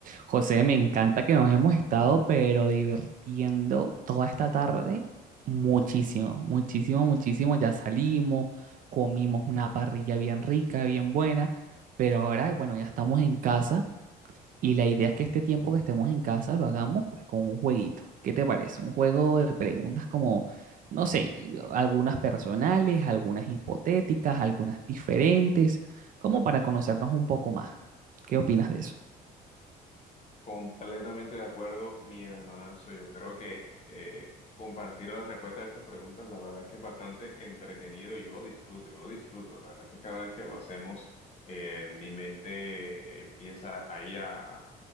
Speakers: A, on the right; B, on the left.
A: José, me encanta que nos hemos estado, pero divirtiendo toda esta tarde muchísimo, muchísimo, muchísimo. Ya salimos, comimos una parrilla bien rica, bien buena, pero ahora, bueno, ya estamos en casa y la idea es que este tiempo que estemos en casa lo hagamos pues con un jueguito. ¿Qué te parece? Un juego de preguntas como, no sé, algunas personales, algunas hipotéticas, algunas diferentes, como para conocernos un poco más. ¿Qué opinas de eso?
B: Completamente de acuerdo, mi hermanazo. Yo creo que eh, compartir las respuestas a estas preguntas, la verdad es que es bastante entretenido y yo lo disfruto, yo lo disfruto. La verdad es que cada vez que lo hacemos, eh, mi mente eh, empieza ahí a,